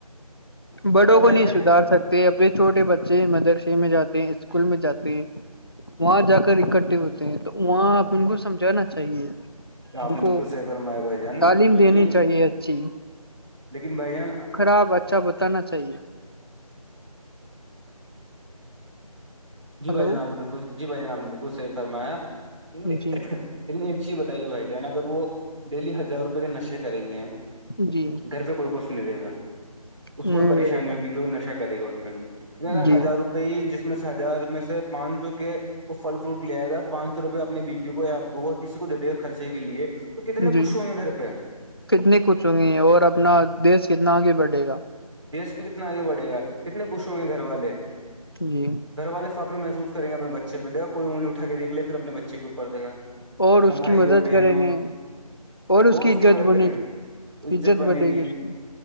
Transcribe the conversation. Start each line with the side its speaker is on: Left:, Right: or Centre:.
Left: بڑوں
Right: اگر
Left: کو
Right: بھائی
Left: نہیں
Right: جان
Left: سدھار سکتے اپنے چھوٹے بچے مدرسے میں جاتے ہیں اسکول میں جاتے ہیں وہاں جا کر اکٹھے ہوتے ہیں تو وہاں آپ ان کو سمجھانا چاہیے
Right: آپ
Left: ان
Right: نے
Left: کو
Right: بالکل صحیح فرمایا بھائی جان
Left: تعلیم
Right: لیکن
Left: دینی چاہیے اچھی
Right: لیکن بھائی جان
Left: خراب اچھا بتانا چاہیے
Right: جی
Left: ہلو
Right: بھائی جناب نے بالکل جی بھائی جناب نے بالکل صحیح فرمایا لیکن
Left: جی
Right: ایک چیز بتائیے بھائی جان اگر وہ ڈیلی ہزار روپئے کے نشے کریں گے
Left: جی
Right: گھر پہ کوئی کوش نہیں رہے گا اس
Left: نہیں
Right: کو پریشانی
Left: رہے گا
Right: ہوگی جو نشہ کرے گا اس کے بھی اگر
Left: جی
Right: ہزار روپئے جس میں سے ہزار میں سے پانچ سو کے وہ فل فروٹ لےائےئے گا پانچ سو روپئے اپنے بیوی کو یا آبو کو کسی کو دے دے گا خرچے کے لیے تو کتنے
Left: جی
Right: خوش ہوں گے گھر پہ
Left: کتنی کچھ ہوںگی ہے اور اپنا دیش کتنا آگے بڑھے گا
Right: دیش بھی کتنا آگے بڑھے گا کتنے خوش ہوں گے گھر والے
Left: جی
Right: گھر والے فخر محس کر گے اپنے بچےہےا کو انگلی اٹھ کے دیکھے پھر اپنے بچے کے اور دےا
Left: اور
Right: اپنا
Left: اس کی
Right: بھائی
Left: مدد
Right: ہو بہن
Left: کریں
Right: ہو
Left: گے اور
Right: وہ اس
Left: عزت
Right: کی مدد
Left: بنے
Right: کریں گ
Left: گی
Right: عزت بنے
Left: بڑھے
Right: گی
Left: اس کی